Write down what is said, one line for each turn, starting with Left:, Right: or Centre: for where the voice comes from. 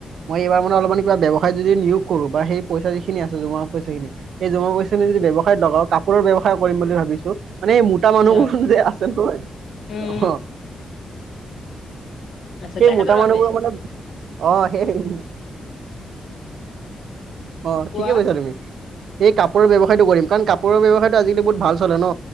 Right: মই এইবাৰ মানে অলপমান কিবা ব্যৱসায় যদি নিয়োগ কৰো বা সেই পইচা যিখিনিছে জমা পইচািন সেই জমা পইাখিনি যদি ব্যৱসায় লগাও কাপোৰ ব্যৱসায় কৰিম বুলি ভাবিছোঁ। মানে মোটা
Left: আচ্ছা
Right: মানুহবোৰ যে আছে নহয়
Left: উম
Right: অ।
Left: আচ্ছা
Right: সেই
Left: তেখেতৰ
Right: মোতা মানুহবোৰৰ
Left: বাবে
Right: মানে অ সেই অ
Left: কোৱা
Right: ঠিকে কৈছা তুমি, এই কাপোৰৰ্য়ৱসায়টো কৰিম কাৰণ কাপোৰৰ্য়ৱসায়টো আজিকি বহুত ভাল চ চ ন